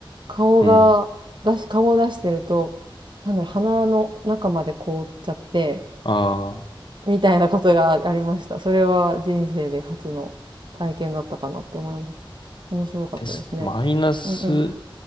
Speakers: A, on the right; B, on the left.
A: 顔が、
B: うん。
A: 出し、顔を出してると、なんだろう、鼻の中まで凍っちゃって、
B: ああ、
A: みたいなことがありました。それは人生で初の体験だったかなって思います。面白かったですね。
B: ですね。マイナス
A: うんうん。